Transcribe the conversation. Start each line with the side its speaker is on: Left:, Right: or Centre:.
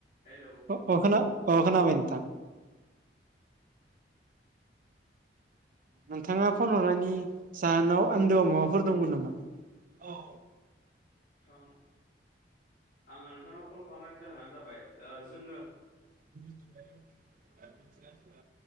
Left: हेल'
Right: अ खोनाबाय नोंथां। नोंथाङा फन हरनायनि जाहोनाव आन्दोआव माबाफोर दं मोन नामा औ।
Left: नोंथां आङो नोंथांनाव कल खालामनायनि जाहोनानो जाबाय जोङो
Right: <unintelligible>